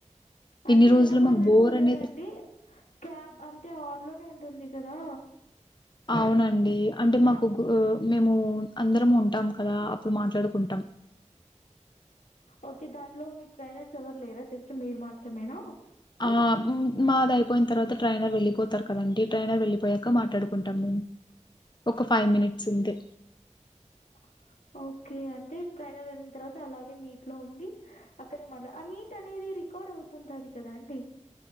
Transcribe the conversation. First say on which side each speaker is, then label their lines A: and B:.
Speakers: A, on the left; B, on the left.
A: అంటే
B: ఇన్ని రోజులు
A: ఎలా మాట్లాడుకుంటారండి?
B: మాకు బోర్ అనేది
A: క్యామ్ అంటే ఆన్లోనే ఉంటుంది కదా
B: అవునండి అంటే మాకు కు మేము అందరము ఉంటాం కదా అప్పుడు మాట్లాడుకుంటాం.
A: ఓకే దాన్లో మీక్ ట్రైనర్స్ ఎవరు లేరా జస్ట్ మీరు మాత్రమేనా
B: ఆ మాదైపోయిన్ తర్వాత ట్రైనర్ వెళ్లిపోతారు కదండి ట్రైనర్ వెళ్ళిపోయాక మాట్లాడుకుంటాము. ఒక ఫైవ్ మినిట్స్ ఉండే
A: <inaudible> ఓకే అంటే ట్రైనర్ ఎళ్ళిన్ తర్వాత అలాగే మీట్లో ఉండి అక్కడే మాట్లాడ్ ఆ మీట్ అనేది రి రికార్డ్ అవుతుంటాది కదండి.